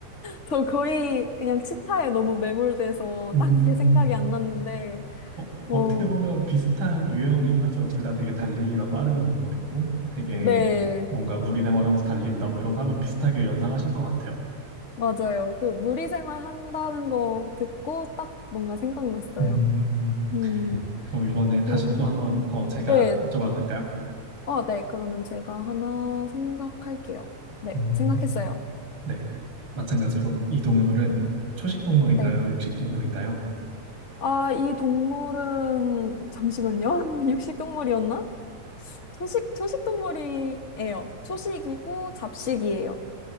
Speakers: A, on the left; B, on the right.
A: 저 거의 그냥 치타에 너무 매몰돼서
B: 음,
A: 딴 게 생각이 안 났는데,
B: 어,
A: 어,
B: 어떻게 보면 비슷한 유형이긴 하죠. 둘 다 되게 달리기가 빠른 동물이고, 되게
A: 네,
B: 뭔가 무리 생활하면서 달린다, 뭐 이런 거 하면 비슷하게 연상하실 것 같아요.
A: 맞아요. 그 무리생활 한다는 거 듣고 딱 뭔가 생각났어요.
B: 음,
A: 음,
B: 그럼 이번에
A: 그러면,
B: 다시 또 한번 더 제가
A: 네.
B: 여쭤봐도 될까요?
A: 어, 네. 그러면 제가 하나 생각할게요. 네,
B: 음,
A: 생각했어요.
B: 네. 마찬가지로 이 동물은 초식 동물인가요?
A: 네.
B: 육식 동물인가요?
A: 아, 이 동물은, 잠시만요. <laughs> 육식 동물이었나? 초식, 초식 동물이에요. 초식이고 잡식이에요.